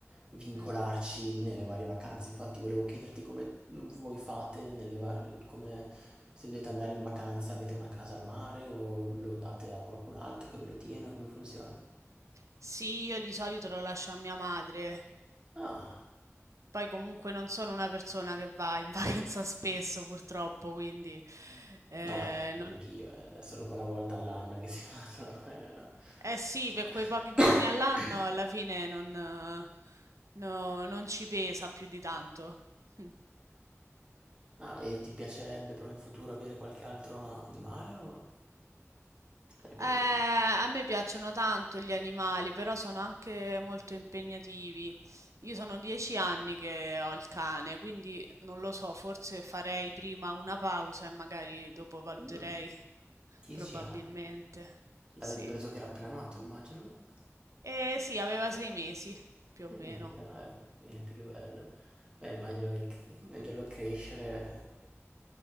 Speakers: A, on the right; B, on the right.
A: vincolarci
B: Mh-mh.
A: nelle varie vacanze. Infatti volevo chiederti come voi fate nelle varie, come se dovete andare in vacanza, avete una casa al mare o lo date a qualcun altro che ve lo tiene, come funziona?
B: Sì, io di solito lo lascio a mia madre.
A: Ah,
B: Poi comunque non sono una persona che va in <laughs> vacanza spesso purtroppo, quindi eh,
A: no, ma neanche
B: non-
A: io, eh, è solo quella volta all'anno che si <laughs> fa solo quello, no.
B: eh sì, per quei
A: <coughs>
B: pochi giorni all'anno alla fine non, eh, no- non ci pesa più di tanto. <laughs>
A: Ah, e ti piacerebbe però in futuro avere qualche altro animale o stai bene?
B: Eh, a me piacciono tanto gli animali, però sono anche molto impegnativi. Io sono dieci anni che ho il cane, quindi non lo so, forse farei prima una pausa e magari dopo valuterei,
A: Mm, 10
B: probabilmente.
A: anni. L'avete
B: Sì.
A: preso che era appena nato, immagino?
B: Eh sì, aveva sei mesi, più o
A: Eh,
B: meno.
A: mi sa, complimenti, che bello. Beh, immagino che
B: Mm,
A: vederlo
B: mm,
A: crescere,